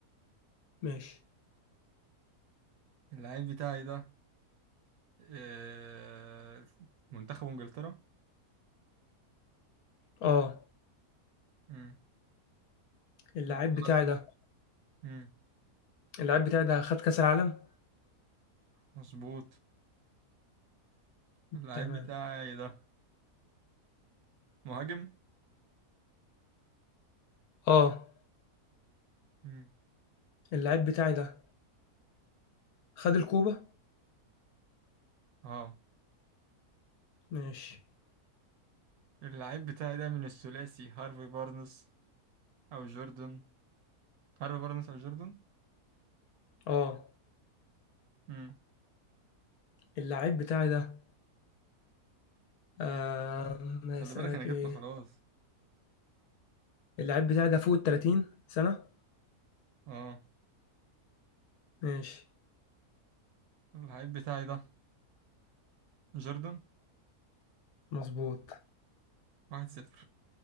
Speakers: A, on the left (about 75°); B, on the right (about 75°).
A: ماشي
B: اللعيب بتاعي ده آه، في منتخب إنجلترا
A: اه
B: مم.
A: اللعيب
B: نعم خلاص
A: بتاعي ده
B: مم.
A: اللعيب بتاعي ده خد كاس العالم
B: مظبوط اللعيب
A: تمام
B: بتاعي ده مهاجم
A: اه
B: مم.
A: اللعيب بتاعي ده خد الكوبا
B: اه
A: ماشي
B: اللعيب بتاعي ده من الثلاثي هارفي بارنس أو جوردن هارفي بارنس أو جوردن
A: اه
B: مم.
A: اللعيب بتاعي ده آه ما
B: خلي
A: اسالك
B: بالك أنا جبته
A: ايه
B: خلاص
A: اللعيب بتاعي ده فوق ال 30 سنة
B: اه
A: ماشي
B: اللعيب بتاعي ده جوردن
A: مظبوط
B: واحد صفر